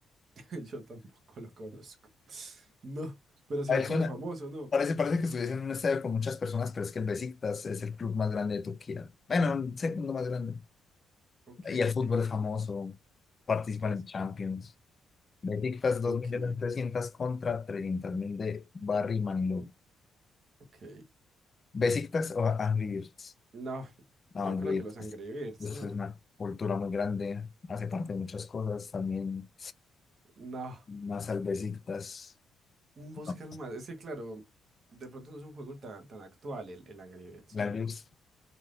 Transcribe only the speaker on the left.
A ver,
suena,
parece, parece que estuviese en un estadio con muchas personas, pero es que el Besiktas es el club más grande de Turquía. Bueno, un segundo más grande.
Y el fútbol es famoso, participan
en Champions. Besiktas
2.300.000 contra 300.000 de Barry Manilow.
Besiktas o Angry Birds.
No, Angry
Birds
es,
es
una cultura muy grande, hace parte de muchas cosas, también
más al Besiktas,
no,
el
Angry Birds.